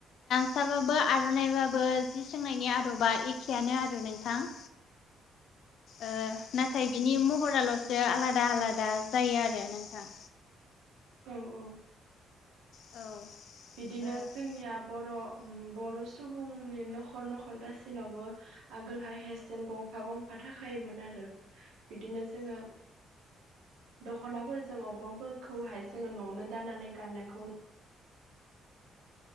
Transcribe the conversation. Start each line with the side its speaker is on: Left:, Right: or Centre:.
Left: फिसाबाबो आर'नाइबाबो जि सोंनायनि आदबा एखेयानो आरो नोंथां। ओ नाथाय बिनि महराल'सो आलादा आलादा जायो आरो नोंथां।
Right: औ औ
Left: औ
Right: बिदिनो
Left: औ
Right: जोंनिया बर' बर' सुबुंनि न'खर न'खर गाससिनावबो आगोलहाय हेसेन गंफा गंफा थाखायोमोन आरो बिदिनो जोङो दख'नाफोरजों अग्रंफोरखौहाय जोङो न'आवनो दानानै गाननायखौ